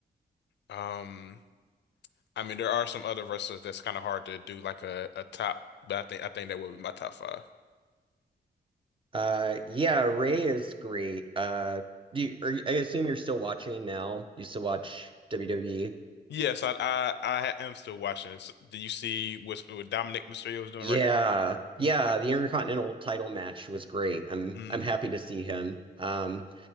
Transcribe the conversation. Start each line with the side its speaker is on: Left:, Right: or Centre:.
Left: um, I mean there are some other wrestlers that's kind of hard to do like a, a top, but I think I think that would be my top five.
Right: Uh, yeah, Ray is great. Uh, do you, are, you- I assume you're still watching now. You still watch WWE?
Left: Yes, I I, I am still watching. this. do you see what, what Dominic Mysterio is doing
Right: Yeah,
Left: right now?
Right: yeah.
Left: <laughs>
Right: The Intercontinental title match was great. I'm
Left: Mm,
Right: I'm happy to see him. Um,